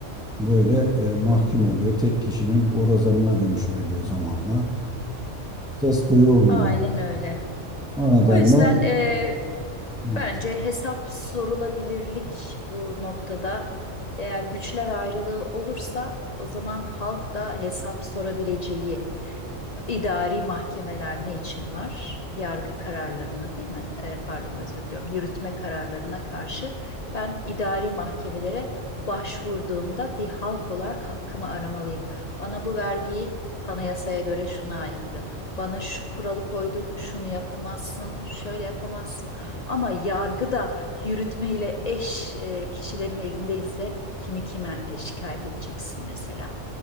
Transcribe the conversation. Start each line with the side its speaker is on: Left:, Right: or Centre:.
Centre: böyle e, mahkum oluyor. Tek kişinin borazanına dönüşü veriyor zamanla. Ses duyulmuyor.
Left: aynen öyle.
Centre: O nedenle
Left: O yüzden e,
Centre: evet,
Left: bence hesap sorulabilirlik bu noktada. Eğer güçler ayrılığı olursa o zaman halk da hesap sorabileceği idari mahkemeler ne için var? Yargı kararlarına değil mi? E, pardon özür diliyorum. Yürütme kararlarına karşı ben idari mahkemelere başvurduğumda bir halk olarak hakkımı aramalıyım. Bana bu vergiyi anayasaya göre şuna aykırı bana şu kuralı koydun, şunu yapamazsın, şöyle yapamazsın. Ama yargı da yürütme eş e, kişilerin elindeyse kimi kime şikayet edeceksin mesela.